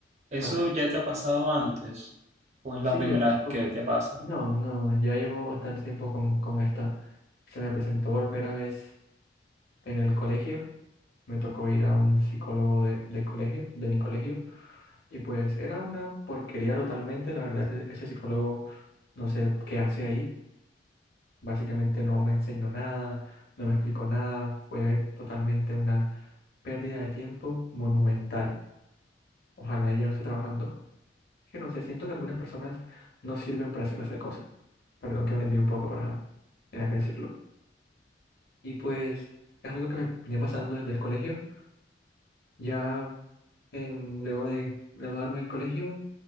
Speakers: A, on the right; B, on the left.
A: ¿eso
B: Vale, vale.
A: ya te ha pasado antes o es la
B: Sí,
A: primera
B: de hecho,
A: vez que te pasa?
B: no, no, ya llevo bastante tiempo con, con esta. Se me presentó por primera vez en el colegio. Me tocó ir a un psicólogo de, de colegio, de mi colegio, y pues era una porquería totalmente. La verdad, e- ese psicólogo no sé qué hace ahí. Básicamente no me enseñó nada, no me explicó nada. Fue totalmente una pérdida de tiempo monumental. Ojalá ella no esté trabajando. Es Que no sé, siento que algunas personas no sirven para esa clase de cosas. Perdón que me envié un poco, pero ajá, tenía que decirlo. Y pues es algo que me venía pasando desde el colegio. Ya em, luego de graduarme del colegio